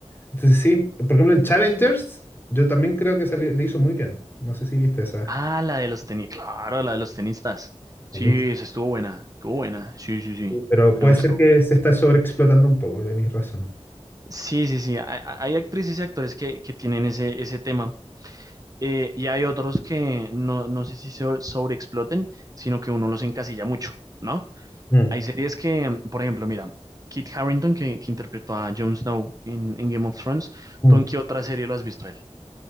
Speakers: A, on the left; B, on the right.
A: entonces sí, por ejemplo en Challengers, yo también creo que salió- le hizo muy bien. No sé si viste esa.
B: Ah, la de los tenis, claro, la de los tenistas. Sí,
A: Buenísimo.
B: esa estuvo buena, estuvo buena. Sí, sí, sí,
A: Pero
B: me
A: puede
B: gustó.
A: ser que se está sobreexplotando un poco, tenéis razón.
B: Sí, sí, sí, hay, hay- hay actrices y actores que, que tienen ese, ese tema. eh, y hay otros que no, no sé si se sobreexploten, sino que uno los encasilla mucho, ¿no?
A: Mm,
B: Hay series que, por ejemplo, mira, Kit Harington, que, que interpretó a Jon Snow en, en Game of Thrones,
A: mm.
B: ¿tú en qué otra serie lo has visto a él?